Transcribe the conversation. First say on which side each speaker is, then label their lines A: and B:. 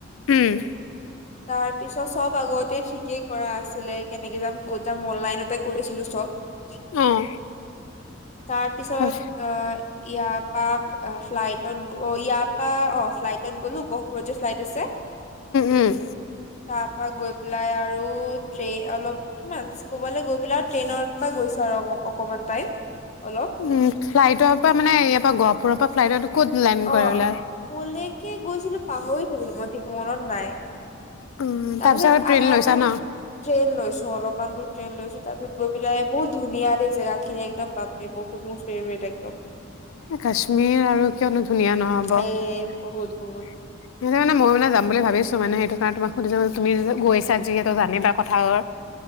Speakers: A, on the left; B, on the left.
A: উম
B: তাৰ পিছত চব আগতে ঠিকেই, কৰা আছিলে। কে এনেকে যাম, ক'ত যাম অনলাইনতে কৰিছিলো চব। তাৰ
A: অ
B: পিছত।
A: উম,
B: ইয় ইয়াত। বা ফ্লাইটত গৈ ইয়াত, অ', ফ্লাইটত গ'লো গহপুৰত যে ফ্লাইট আছে,
A: উম,
B: তাত গৈ পেলাই আৰু ট্ৰেই অলপ কিমান, ক'বালৈ গৈ পেলাই আৰু ট্ৰেইনৰ পৰা গৈছো আৰু অকমান টাইম। অলপ
A: উম। ফ্লাইটৰ পৰা, মানে ইয়াৰ পৰা গহপুৰৰ পৰা ফ্লাইটৰটো ক'ত লেন
B: অ
A: কৰিলা?
B: কলৈকে গৈছিলো, পাহৰি থাকিলো, মই ঠিক মনত নাই।
A: উম,
B: তাৰপিছত
A: আৰু ট্ৰেইন
B: আধা
A: লৈছা
B: দূৰ
A: ন?
B: ট্ৰেইন লৈছো, অলপমান দূৰ। ট্ৰেইন লৈছো তাৰপিচত গৈ পেলাই বহুত ধুনীয়া দে জেগা খিনি একদম বাপৰে, বহুত মোৰ ফেভৰেট একদম।
A: কাশ্মীৰ আৰু কিয়নো ধুনীয়া নহ'ব,
B: এ
A: সেই
B: বহুত বহুত
A: মানে মই মানে যাম বুলি ভাবিছ ত' মানে সেইটো কাৰণে তোমাক সুধি ল'লোঁ তুমি
B: উম
A: গৈছা যিহেতু জানিবা। কথাৰে